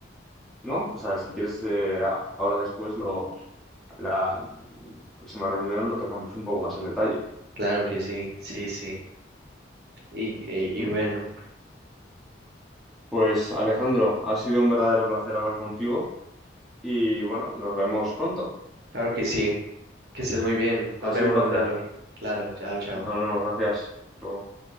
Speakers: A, in the centre; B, on the right.
A: ¿no? O sea, si quieres, eh, a- ahora después, lo, la próxima reunión lo tocamos un poco más en detalle.
B: Claro que sí, sí, sí. Y, y, y
A: ¿m?
B: bueno,
A: Pues Alejandro, ha sido un verdadero placer hablar contigo y bueno, nos vemos pronto.
B: claro que sí. Que estés muy bien.
A: Ha
B: Nos
A: sido
B: vemos,
A: un placer.
B: Gonzalo. Claro, chao, chao.
A: Nos vemos, gracias. Hasta Luego.